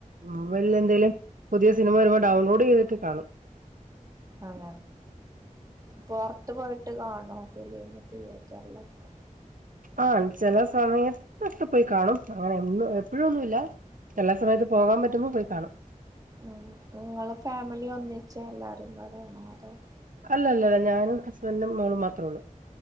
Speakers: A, on the right (about 75°); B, on the right (about 25°).
A: മൊബൈലിൽ എന്തേലും പുതിയ സിനിമ വരുമ്പോ ഡൗൺലോഡ് ചെയ്ത.. തിട്ട് കണും
B: അത പുറത്ത് പോയിട്ട് കാണോ ഫിലിമു തിയർട്ടറിളൊക്കെ
A: ആ ചെല സമയത്തൊക്കെ പോയി കാണും ആ അന്നും എപ്പോഴൊന്നുല്ല എല്ലാ സമയത്ത് പോകാൻ പറ്റുമ്പോ പോയി കാണും
B: ഉം നിങ്ങള് ഫാമിലി ഒന്നിച്ചേ എല്ലാരും കൂടെയണോ അതോ
A: അല്ല അല്ല അല്ല ഞാനും ഹസ്ബൻഡും മോളും മാത്രേ ഉള്ളു